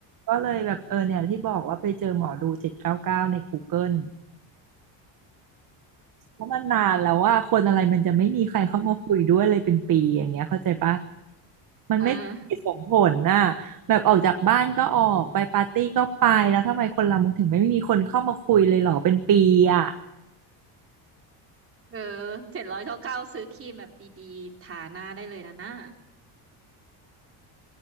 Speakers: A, on the right; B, on the right.
A: ก็เลยแบบเออเนี่ยที่บอกว่าไปเจอหมอดูเจ็ดเก้าเก้าใน Google เกิลเพราะมันนานแล้วว่าคนอะไรมันจะไม่มีใครเข้ามาคุยด้วยเลยเป็นปีอย่างเงี้ยเข้าใจปะมันไม่สมเหตุสมผลน่ะ
B: <laughs> เออ
A: แบบออกจากบ้านก็ออกไปปาร์ตี้ก็ไปแล้วทำไมคนเรามันถึงไม่มีคนเข้ามาคุยเลยเหรอเป็นปีอ่ะ
B: เออเจ็ดร้อยเก้าเก้าซื้อครีมแบบดีๆทาหน้าได้เลยนะหน้า